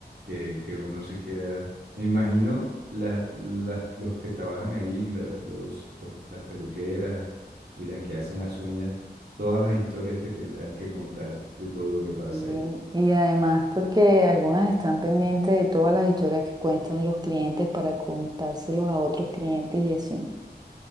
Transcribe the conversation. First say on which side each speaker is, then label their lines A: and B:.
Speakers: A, on the right; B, on the right.
A: que, que uno se queda. Me imagino la- las- los que trabajan ahí, la- los, los- las peluqueras y las que hacen las uñas, todas las historias que tendrán que contar de todo lo que pasa
B: Y,
A: ahí.
B: y además porque algunas están pendientes de todas las historias que cuentan los clientes para contárselos a otros clientes y así.